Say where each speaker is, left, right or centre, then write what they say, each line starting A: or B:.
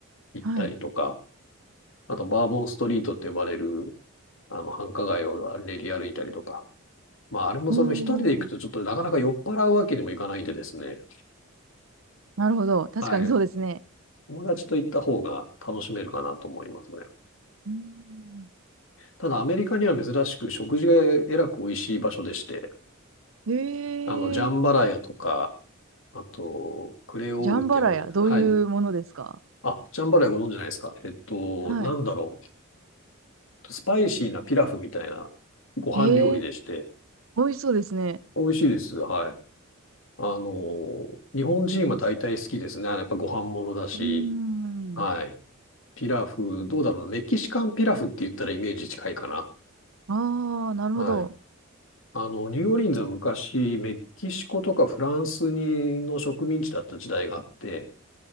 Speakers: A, on the left (about 70°); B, on the right (about 75°).
A: 行ったりとか、
B: はい。
A: あとバーボンストリートって呼ばれる、あの、繁華街を練り歩いたりとか。まあ、あれもその一人で行くとちょっとなかなか酔っ払うわけにもいかないんでですね。
B: おー、なるほど。確かにそうですね。
A: はい。友達と行った方が楽しめるかなと思いますね。
B: うん。
A: ただアメリカには珍しく食事がえらく美味しい場所でして、
B: へ
A: あの、ジャンバラヤとか、
B: え、
A: あと、クレオールって呼ばれる、
B: ジャンバラヤ、どういうものですか
A: はい、あ、ジャンバラヤご存知ないですかえっと、
B: はい。
A: なんだろう。スパイシーなピラフみたいなご飯料理でして、
B: へえ、美味しそうですね。
A: 美味しいです。はい。あの、日本人は大体好きですね。やっぱご飯ものだし、
B: うーん。
A: はい。ピラフ、どうだろうな。メキシカンピラフって言ったらイメージ近いかな。
B: ああ、なるほど。
A: はい。あの、ニューオーリンズは昔、メキシコとかフランスにの植民地だった時代があって、